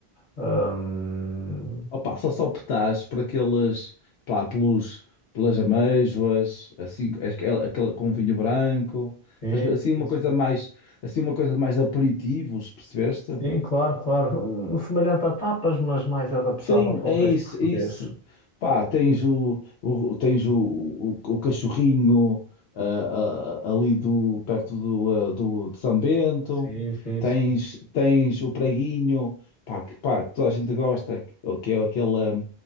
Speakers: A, on the left (about 45°); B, on the left (about 75°).
A: Ahm,
B: Opa, só só optás por aqueles, pá, pelos, pelas amêijoas, assim, aquele, aquele com vinho branco,
A: sim,
B: Estás a ver? assim
A: sim,
B: uma
A: sim.
B: coisa mais, assim uma coisa mais de aperitivos, percebeste?
A: Sim, claro, claro. Um, Semelhante a tapas, mas mais adaptado
B: Sim,
A: ao contexto
B: é isso,
A: português.
B: isso. Pá, tens o, o, tens o, o, o cachorrinho ah, ah, ali do, perto do, ah, do, de São Bento,
A: Sim, sim,
B: tens,
A: sim.
B: tens o preguinho, pá, que, pá, que toda a gente gosta, que que é aquela, ah,